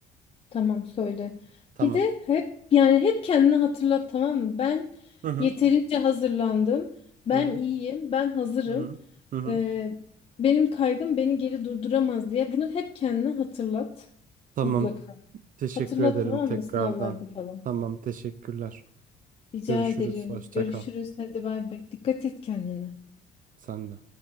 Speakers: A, on the left (about 35°); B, on the right (about 50°).
A: Tamam söyle.
B: Tamam.
A: Bir de hep yani hep kendini hatırlat tamam mı? Ben
B: Hı hı.
A: yeterince hazırlandım. Ben
B: Hı hı.
A: iyiyim. Ben hazırım.
B: Hı hı. Hı hı.
A: Ee, benim kaygım beni geri durduramaz diye. Bunu hep kendine hatırlat.
B: Tamam.
A: Mutlaka.
B: Teşekkür
A: Hatırlat
B: ederim
A: tamam
B: tekrardan.
A: mı? Sınavlarda falan.
B: Tamam teşekkürler.
A: Rica
B: Görüşürüz.
A: ederim.
B: Hoşça
A: Görüşürüz.
B: kal.
A: Hadi bay bay. Dikkat et kendine.
B: Sen de.